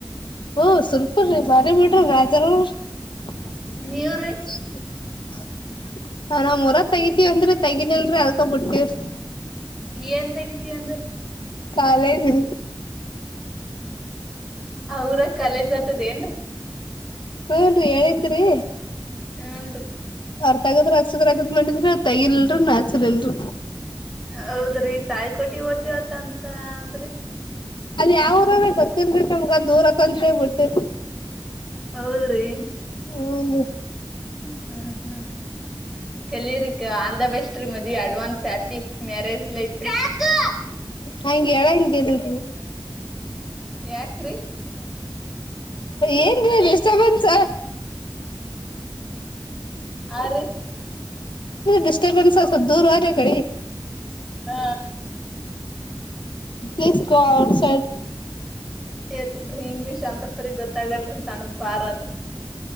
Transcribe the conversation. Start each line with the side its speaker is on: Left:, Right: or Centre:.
Left: ಹಓ ಸ್ವಲ್ಪ್ರೀ ಬಾರಿ ಮಾಡ್ರಿ ರಾಜಾರ <unintelligible>
Centre: ನೀವ್ರಿ
Left: ನಾ ನಾವ್ ಮರ ತಗತಿೀವ ಅಂದ್ರ ತೆಗಿಲಿಲ್ರಿ ಅರ್ಕೊ ಬಿಡ್ತೀವ್ರೀ
Centre: ಏನ್ ತಗಿತಿಯ ಅಂದ್ರರೀ
Left: ಕಾಲನು
Centre: ಆಊರ ಕಾಲೇಜ್ ಆತದ ಏನ್ರಿೀ
Left: ಹೂ ರಿ ಹೇಳಿದ್ರು ರೀ
Centre: ಹಾನ್
Left: ಅರ್ಥ ಆಗದ ಅಸದತತ್ ಮಾಡಿದ್ರ ತೈಿಲ್ ಇಲ್ರರಿ ನಾಚಲ್ಲ್ರರಿ
Centre: ಹೌದ್ರಿ ತಾಯಿ ಕೊೋಟಿ ಓತಿವತ್ತಂತ ಅಂದ್ರಿ
Left: ಅಲ್ಲಿ ಯಾವ ಊರ ಗೊತ್ತಿಬೇಕ ದೂರತ್ಂತೇ ಬಿಟ್ಟು
Centre: ಹೌದ್ರಿ
Left: ಹ
Centre: ಹ್ಮ್ ಹ್ಮ್ ಕಲರಿ ಆಲ್ ದ ಬೆಸ್ಟ್ ರೀ ಮದ ಅಡ್ವಾನ್ಸ್ ಹ್ಯಾಪಿ ಮ್ಯರೇಜ್ ಲೈಫ ಹ
Left: ಹಂಗೆ ಹೇಳಂಗಿಲ್ರೀ
Centre: <unintelligible> ಯಾಕ್ರೀ
Left: ಏನ್ರೀ ಡಿಸ್ಟರ್ಬೆನ್ಸ್
Centre: ಆ ರೀ
Left: ಡಿಸರ್ಬನ್ ಸ ದೂರವಾರ ಕಡಿ
Centre: ಹ
Left: ಪ್ಲೀಸ್ ಗೋ ಆಔಟ್ಸೈಡ್
Centre: ಎಲ್ರರಿ ಇಂಗ್ಲೀಷ್ ಅಂತಪರಿ ಗೊತ್ತಾಗಲ್ರರಿ ಸಣ್ಣ ಬಾರತ್ರಿ